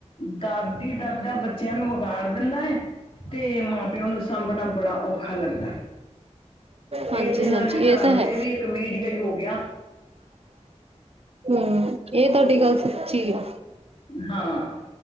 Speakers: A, on the left (about 50°); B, on the right (about 55°).
A: ਦਾਦੀ ਦਾਦਾ ਬੱਚਿਆ ਨੂੰ ਬ ਗਾੜ ਦਿੰਦਾ ਏ ਤੇ ਮਾਂ-ਪਿਓ ਨੂੰ ਸਾਂਭਣਾ ਬੜਾ ਔਖਾ ਲੱਗਦਾ।
B: ਹਾਂਜੀ-ਹਾਂਜੀ
A: ਇਹਦੇ ਨਾਲ ਵੀ ਘਰਾਂ
B: ਏ ਤਾਂ
A: ਵਿੱਚ
B: ਹੈ।
A: ਇਹ ਵੀ ਇੱਕ ਮੀਡੀਆ ਹੀ ਹੋ ਗਿਆ
B: ਹੂੰ, ਏ ਤੁਹਾਡੀ ਗੱਲ ਆ।
A: ਹਾਂ।